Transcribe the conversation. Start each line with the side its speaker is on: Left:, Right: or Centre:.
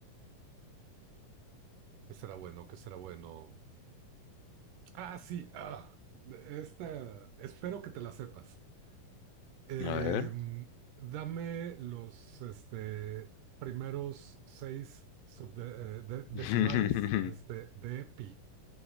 Right: ¿qué será bueno? ¿Qué será bueno? Ah, sí, ah, esta, espero que te la sepas. Em,
Left: A ver.
Right: dame los este, primeros seis subde- eh, de-
Left: <laughs>
Right: decimales este, de pi.